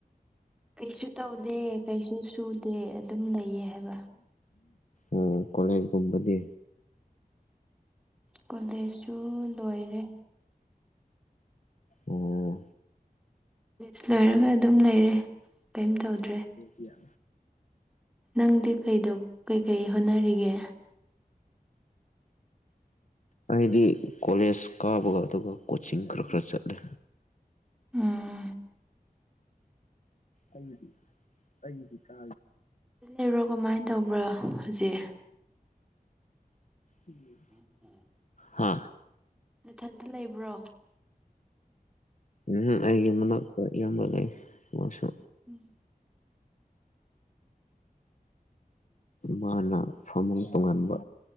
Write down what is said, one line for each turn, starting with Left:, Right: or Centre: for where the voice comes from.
Centre: ꯀꯩꯁꯨ ꯇꯧꯗꯦ ꯀꯩꯁꯨ ꯁꯨꯗꯦ ꯑꯗꯨꯝ ꯂꯩꯌꯦ ꯍꯥꯏꯕ
Left: ꯑꯣ ꯀꯣꯂꯦꯖꯒꯨꯝꯕꯗꯤ
Centre: ꯀꯣꯂꯦꯖꯁꯨ ꯂꯣꯏꯔꯦ
Left: ꯑꯣ
Centre: ꯀꯣꯂꯦꯖ ꯂꯣꯏꯔꯒ ꯑꯗꯨꯝ ꯂꯩꯔꯦ ꯀꯔꯤꯝ ꯇꯧꯗ꯭ꯔꯦ
Left: ꯌꯥ
Centre: ꯅꯪꯗꯤ ꯀꯩꯗꯣ ꯀꯩꯀꯩ ꯍꯣꯠꯅꯔꯤꯒꯦ
Left: ꯑꯩꯗꯤ ꯀꯣꯂꯦꯖ ꯀꯥꯕꯒ ꯑꯗꯨꯒ ꯀꯣꯆꯤꯡ ꯈꯔ ꯈꯔ ꯆꯠꯂꯦ
Centre: ꯎꯝ
Left: ꯑꯩꯗꯤ ꯑꯩꯗꯤ ꯀ
Centre: ꯂꯩꯕ꯭ꯔꯣ ꯀꯃꯥꯏꯅ ꯇꯧꯕ꯭ꯔꯣ ꯍꯧꯖꯤꯛ
Left: UNINTELLIGIBLE
Centre: UNINTELLIGIBLE
Left: ꯍꯥ
Centre: ꯅꯊꯟꯇ ꯂꯩꯕ꯭ꯔꯣ
Left: ꯎꯝ ꯑꯩꯒꯤ ꯃꯅꯥꯛ ꯈ꯭ꯋꯥꯏ ꯏꯌꯥꯝꯕ ꯂꯩ ꯃꯥꯁꯨ
Centre: ꯎꯝ
Left: ꯃꯥꯅ ꯐꯃꯨꯡ ꯇꯣꯉꯥꯟꯕ